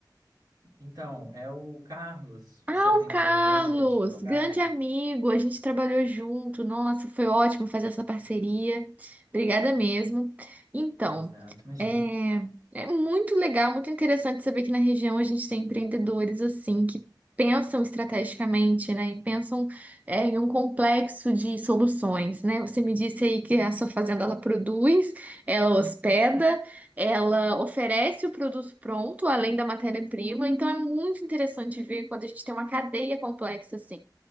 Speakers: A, on the right; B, on the right.
A: Então, é o Carlos,
B: Ah,
A: você atendeu
B: o Carlos,
A: ele, é advogado?
B: grande amigo, a gente trabalhou junto. Nossa, foi ótimo fazer essa parceria. Obrigada mesmo. Então,
A: Exato, imagina.
B: é, é muito legal, muito interessante saber que na região a gente tem empreendedores assim que pensam estrategicamente, né? E pensam é, em um complexo de soluções, né? Você me disse aí que a sua fazenda ela produz, ela hospeda. Ela oferece o produto pronto, além da matéria-prima, então é muito interessante ver quando a gente tem uma cadeia complexa assim.